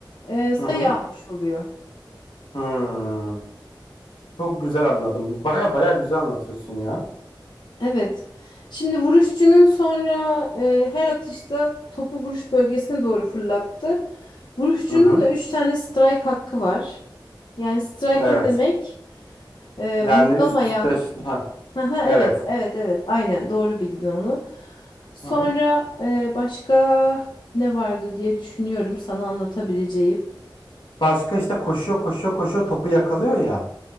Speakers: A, on the left; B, on the left.
A: e, sayı
B: Hı hı.
A: almış oluyor.
B: Hmm. Çok güzel anladım. Baya baya güzel anlatıyorsun ya.
A: Evet. Şimdi vuruşçunun sonra e, her atışta topu vuruş bölgesine doğru fırlattı. Vuruşçunun
B: Hı hı.
A: da 3 tane strike hakkı var. Yani strike
B: Evet.
A: ne demek? Ee,
B: Yani
A: vurulamayan.
B: üst üste. ş- Ha.
A: Aha,
B: Evet.
A: evet, evet, evet. Aynen doğru bildin onu. Sonra
B: Hı hı.
A: e, başka ne vardı diye düşünüyorum sana anlatabileceğim.
B: Başka işte koşuyor koşuyor koşuyor topu yakalıyor ya.